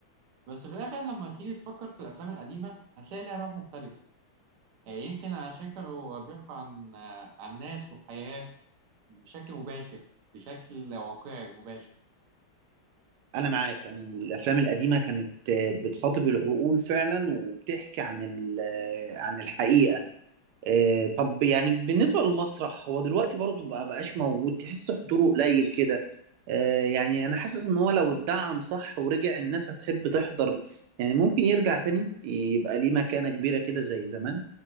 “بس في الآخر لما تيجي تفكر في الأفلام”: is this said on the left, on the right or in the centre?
Right